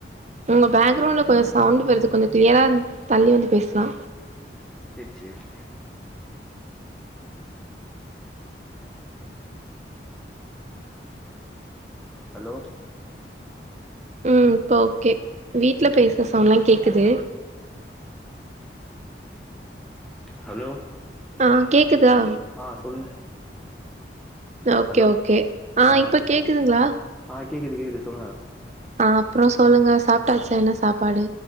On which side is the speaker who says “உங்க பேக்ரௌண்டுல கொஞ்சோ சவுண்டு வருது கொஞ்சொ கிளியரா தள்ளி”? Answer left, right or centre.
Right